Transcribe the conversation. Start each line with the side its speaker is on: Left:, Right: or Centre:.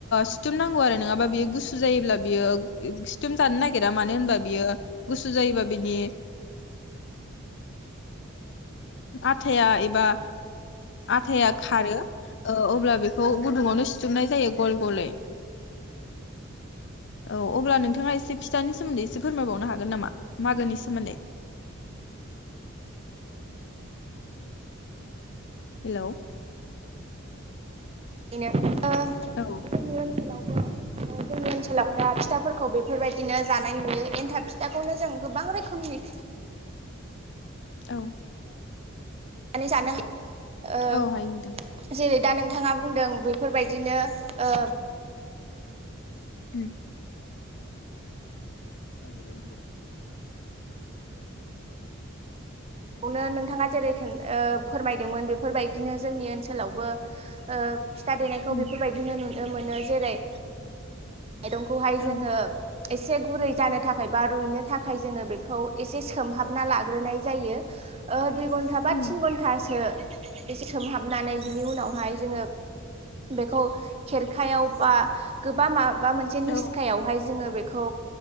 Left: सिथुमनांगौ आरो बियो गुसु जायोब्ला बियो सिथम जानो नागिरा मानो होनबा बियो गुसु जायोबा बिनि आथाया एबा आथाया खारो अब्ला बेखौ गुदुङावनो सिथुमनाय जायो गल गलै औ अब्ला नोंथाङा एसे फिथानि सोमोन्दै एसे फोरमायबावनो हागोन नामा मागोनि सोमोन्दै हेल'
Right: बेनो जोंनि
Left: औ
Right: ओनसोलाव जोंनि ओनसोलावबो दा फिथाफोरखौ बेफोरबायदिनो जानाय नुयो एन्थाब फिथाखौनो जों गोबां रोखोमनि
Left: औ
Right: आ जाना ओ
Left: औ हायो नोंथां
Right: जेरै दा नोंथाङा बुंदों बेफोरबायदिनो ओ
Left: <inaudible> आ नांगांग
Right: बेयावनो नोंथाङा जेरैख फोरमायदोंमोन बेफोरबायदिनो जोंनि ओनसोलावबो फिथा देनायखौ
Left: उम
Right: बेफोरबायदिनो नु मोनो जेरै माइरंखौहाय जोङो
Left: औ
Right: एसे गुरै जानो थाखाय बा रुइनो थाखाय जोङो बेखौ एसे सोमहाबना लाग्रोनाय जायो। दुइ घन्टा बा
Left: उम
Right: थिन घन्टासो एसे सोमहाबनानै बिनि उनावहाय जोङो बेखौ खेरखायाव बा गोबां माब बा मोनसे
Left: औ
Right: निस्कायावहाय जोङो बे बखौ